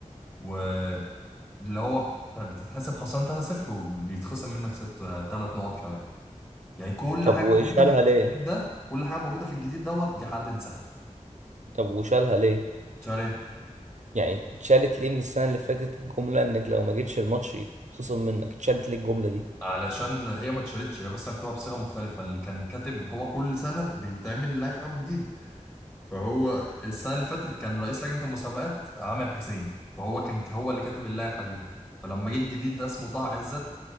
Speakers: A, on the left (about 15°); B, on the right (about 65°).
A: واللي هو بت- بتتحسب خسران 3-0 وبيتخصم منك 6 3 نقط كمان يعني كل
B: طب
A: حاجة
B: وشالها
A: موجودة في
B: ليه
A: الجديد ده كل حاجة موجودة في الجديد دوت دي حالة انسحاب
B: طب وشالها ليه
A: شايف
B: يعني اتشالت ليه من السنه اللي فاتت الجمله انك لو ما جيتش الماتش يتخصم منك اتشالت ليه الجمله دي
A: علشان هي ما اتشالتش هي بس مكتوبة بصيغة مختلفة اللي كان كاتب هو كل سنة بيتعمل لائحة جديدة فهو السنة اللي فاتت كان رئيس لجنة المسابقات عامر حسين فهو كان هو اللي كاتب اللائحة دي فلما جه الجديد ده اسمه طه عزت